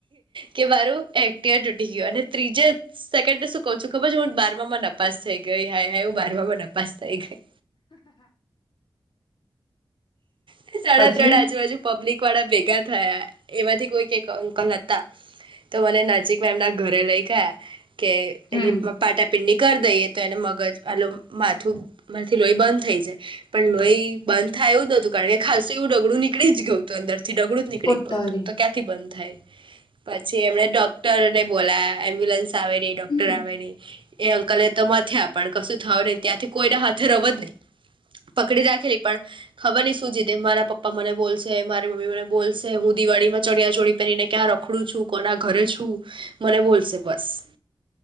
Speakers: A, on the right; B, on the left.
A: કે મારોું. ડ્યૂટી ગયયો અને ત્રીજે સેકન્ડ શું કહું છું ખબર હું બાર માં નપાસ થઈ. ગઈ હાય હાય એવું બાર માં નપાસ થઈ ગઈ. હ. સાડા
B: પછી
A: ત્રણ આજુબજુ પબ્લિક. વાળ ભેગા થયા એમાંથી કોઈક અંકલ હતા તો મને નજીકમાં એમના ઘરે લઈ ગયા. કે
B: હમ
A: એની પાટ. પિંડી કરી દઈએ તો એને મગજ આલ માથું માંથી લોહી બંધ થઈ જાય પણ લોહી બંધ થાયું નતું. કાર કે ખાસ એવું રગડું નીકળ જ ગય તું અંદર. ડગડું જ નીકળી
B: ઉતારી
A: ગય હતું તો ક્યાંથી બન. થ પછી એમણે ડોક્ટરને બોલા એમ્બ્યુલન્સ. આવે નહી ડોક્ટર
B: હમ
A: આવે નહી એ અંકલે. તો થ્યા પણ કશું થય નહી ત્યાંથી કોઈને હાથે ર જ નહી પકડી રાખેલી પણ ખબર નહ. શું જીતે મારા પપ્પા મને બોલશે મારી મમ્મી મને બોલશે હું દિવાળીમાં ચડિયા ચોળી પહેરીને ક્યાં રખડું છું કોના ઘરે છું. મને બોલશે બસ.